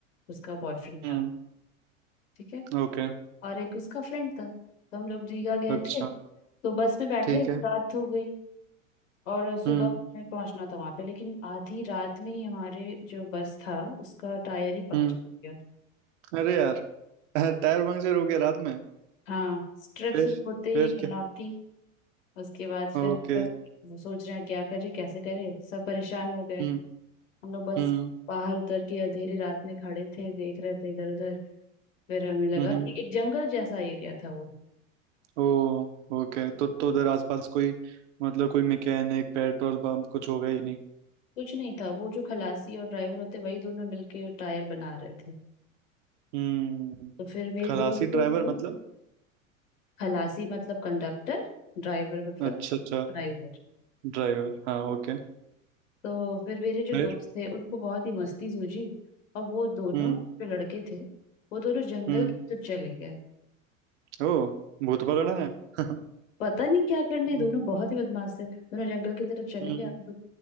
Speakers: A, on the left; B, on the right.
A: उसका बॉयफ्रेंड
B: हम्म
A: था ठीक है
B: ओके
A: और एक उसका फ्रेंड था तो हम लोग दीघा गए
B: अच्छा
A: थे तो बस में बैठे
B: ठीक है
A: रात हो गई और सुबह
B: हम्म
A: में पहुंचना था वहां पे लेकिन आधी रात में ही हमारे जो बस था उसका टायर ही पंक्चर
B: हम्म
A: हो गया
B: अरे यार <laughs> टायर पंक्चर हो गया रात में
A: हाँ ट्रिप
B: फिर
A: शुरू होते ही
B: फिर
A: पनौती
B: क्या
A: उसके बाद फिर
B: ओके
A: हम लोग सोच रहे हैं क्या करें कैसे करें सब परेशान हो गए
B: हम्म
A: हम लोग बस
B: हम्म
A: बाहर उतर के अंधेरी रात में खड़े थे देख रहे थे इधर उधर फिर हमें लगा
B: हम्म
A: कि एक जंगल जैसा एरिया था वो
B: ओ ओके तो तो उधर आसपास कोई मतलब कोई मैकेनिक पेट्रोल पंप कुछ होगा ही नहीं
A: कुछ नहीं था वो जो खलासी और ड्राइवर होते वही दोनों मिलके टायर बना रहे थे
B: हम्म
A: तो फिर मेरे
B: खलासी
A: दोस्तों
B: ड्राइवर
A: को
B: मतलब
A: खलासी मतलब कंडक्टर ड्राइवर मतलब
B: अच्छा अच्छा
A: ड्राइवर
B: ड्राइवर हाँ ओके
A: तो फिर मेरे जो
B: फिर
A: दोस्त थे उनको बहुत ही मस्ती सूझी और वो दोनों
B: हम्म
A: जो लड़के थे वो दोनों जंगल
B: हम्म
A: की तरफ चले गए
B: ओ भूत पकड़न है <laughs>
A: पता नहीं क्या करने
B: हम्म
A: दोनों बहुत ही बदमाश थे दोनों जंगल की तरफ चले
B: हम्म
A: गए हम लोग